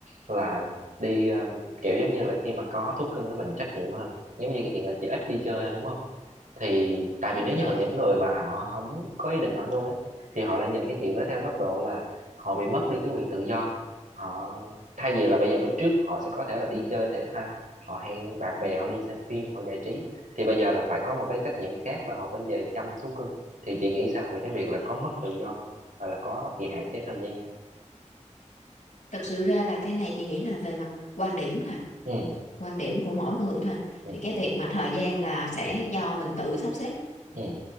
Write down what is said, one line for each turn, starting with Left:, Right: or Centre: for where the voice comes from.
Right: là đi um, kiểu giống như là khi mà có thú cưng đó mình trách nhiệm hơn giống như cái chuyện là chị ít đi chơi đúng không thì tại
Left: <laughs>
Right: vì nếu
Left: rồi
Right: như mà những người mà họ không có ý định họ nuôi á thì họ lại nhìn cái chuyện đó theo góc độ là họ bị mất đi cái quyền tự do họ thay vì là bây giờ lúc trước họ sẽ có thể là đi chơi thể thao họ hẹn bạn bè họ đi xem phim họ giải trí thì bây giờ là phải có một cái trách nhiệm khác là họ phải về chăm thú cưng thì chị nghĩ sao về cái việc là có mất tự do không? hoặc là có bị hạn chế thời gian không
Left: thực sự ra là cái này chị nghĩ là về mặt quan điểm thôi,
Right: ừ
Left: quan điểm của mỗi người thôi.
Right: ừ
Left: Thì cái việc mà thời gian là sẽ do mình tự sắp xếp.
Right: ừ